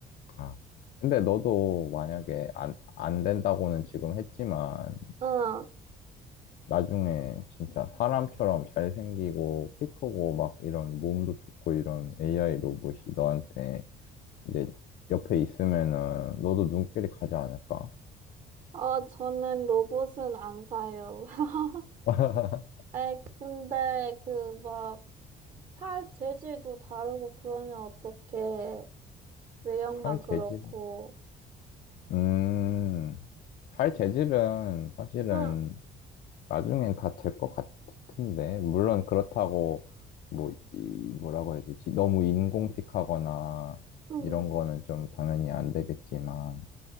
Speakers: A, on the left; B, on the right.
A: 아, 근데 너도 만약에 안, 안 된다고는 지금 했지만,
B: 응.
A: 나중에 진짜 사람처럼 잘생기고, 키 크고, 막 이런 몸도 좋고, 이런 AI 로봇이 너한테 이제 옆에 있으면은 너도 눈길이 가지 않을까?
B: 어, 저는 로봇은 안 사요. <laughs>
A: <laughs>
B: 에, 근데 그 막 살 재질도 다르고 그러면 어떡해. 외형만
A: 살
B: 그렇고.
A: 재질. 음, 살 재질은 사실은
B: 응.
A: 나중엔 다 될 것 같은데, 물론 그렇다고, 뭐, 이, 뭐라고 해야 되지? 너무 인공틱하거나,
B: 음,
A: 이런 거는 좀 당연히 안 되겠지만,